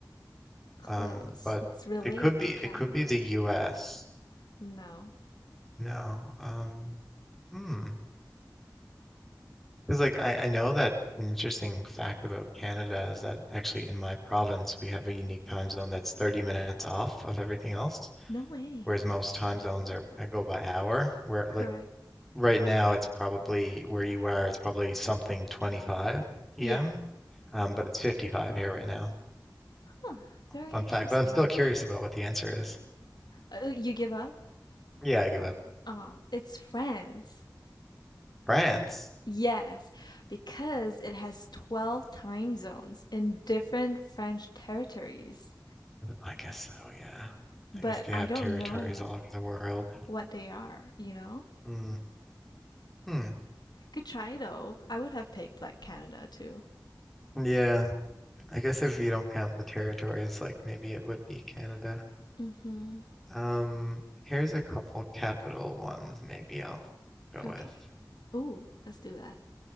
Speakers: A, on the left; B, in the centre.
A: Close.
B: Um, but
A: It's related
B: it could be
A: to calendar.
B: it could be the US.
A: No.
B: No. Um, hmm. Because like I, I know that an interesting fact about Canada is that actually in my province we have a unique time zone that's 30 minutes off of everything else,
A: No way.
B: whereas most time zones are, are go by hour, where
A: Correct.
B: like right now it's probably where you are, it's probably something 25
A: Yeah.
B: p.m. Um, but it's 55 here right now.
A: Huh, very
B: Fun
A: interesting.
B: fact, but I'm still curious about what the answer is.
A: Oh, you give up?
B: Yeah, I give up.
A: Oh, it's France.
B: France.
A: Yes, because it has 12 time zones in different French territories.
B: I guess so, yeah.
A: But
B: I guess they
A: I
B: have
A: don't
B: territories
A: know
B: all over the world.
A: what they are, you know?
B: Mm. Hmm.
A: Good try though. I would have picked like Canada too.
B: Yeah, I guess if you don't count the territories, like maybe it would be Canada.
A: Mm-hmm.
B: Um, here's a couple capital ones maybe I'll go
A: Okay.
B: with.
A: Ooh, let's do that.